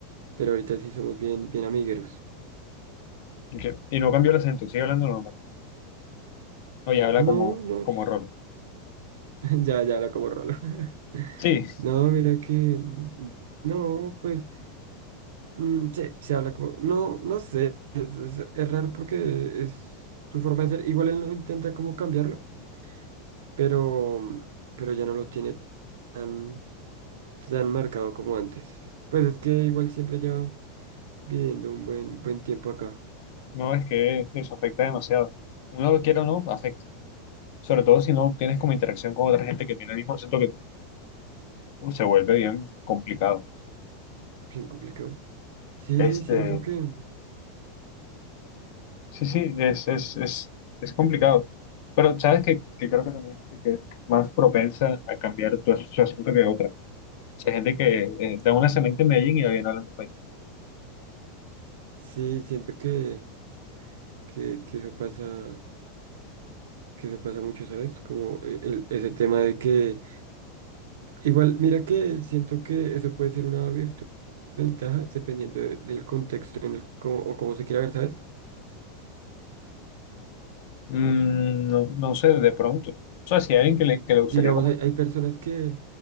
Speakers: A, on the right (about 80°); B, on the left (about 55°).
A: pero ahorita sí somos bien, bien amigueros.
B: Y, que- y no cambió el acento, sigue hablando normal. Oye, habla como,
A: No, no,
B: como
A: s-
B: Rolo.
A: <laughs> ya, ya habla como rolo. <laughs>
B: Sí,
A: No, mira que... mm, No, pues, mm, sí, se habla como... No, no sé, es, es- es raro porque es su forma de ser. Igual él no intenta como cambiarlo, pero, pero ya no lo tiene tan... tan marcado como antes. Pues es que igual siempre llevo viviendo un buen, buen tiempo acá,
B: no, es que eso afecta demasiado. Uno lo quiera o no, afecta. Sobre todo si no tienes como interacción con otra gente que tiene el mismo acento que tú. Uh, se vuelve bien complicado.
A: bien complicado. Sí,
B: Este.
A: sí, siento que,
B: Sí, sí, es, es, es, es complicado. Pero sabes que, que creo que también hay gente que es más propensa a cambiar tu, as- su asunto que otra. O sea, hay gente que eh, da una semana en Medellín y va bien hablando español.
A: sí, siento que, que, que eso pasa, que eso pasa mucho, ¿sabes? Como e- el- ese tema de que, igual, mira que siento que eso puede ser una virtud, ventaja, dependiendo de- del contexto en el, cómo, o cómo se quiera ver, ¿sabes?
B: Mm, no, no sé, de pronto. O sea, si hay alguien que le, que le gustaría
A: Digamos,
B: como,
A: hay, hay personas que,